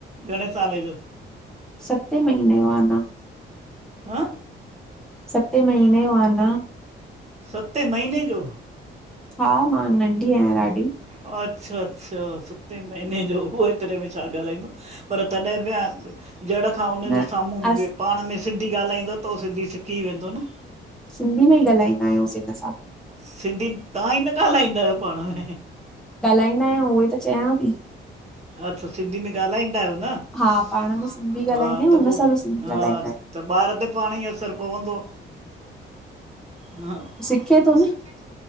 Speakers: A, on the right; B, in the centre.
A: घणे साल जो?
B: सते महीने जो आ अञा।
A: हअ
B: सते महीने यो आ अञा।
A: सते महीने जो?
B: हा मां नंढी आहियां ॾाढी।
A: अच्छा अच्छा सते महीने जो उहो हेतरे में छा ॻाल्हाईंदो पर तॾहिं बि जड़ खां उन
B: न
A: जे साम्हूं
B: अस
A: बि पाण में सिंधी ॻाल्हाईंदो त उह सिंधी सिखी वेंदो न।
B: सिंधी में ही ॻाल्हाईंदा आहियूंसीं हिन सां।
A: सिंधीअ तव्हां ई न ॻाल्हाईंदा आहियो पाण में?
B: ॻाल्हाईंदा आहियूं उहो इ त चयांव थी।
A: अच्छा सिंधीअ में ॻाल्हाईंदा आहियो न?
B: हा पाण
A: हा
B: में सिंधी ॻाल्हाईंदा आहियूं
A: त
B: हुन
A: पो
B: सां बि सिंधी
A: हा
B: ॻाल्हाईंदा आहियूं
A: त ॿार ते पाणे ई असरु पवंदो। हा
B: सिखे थो
A: सीखे
B: न
A: तो,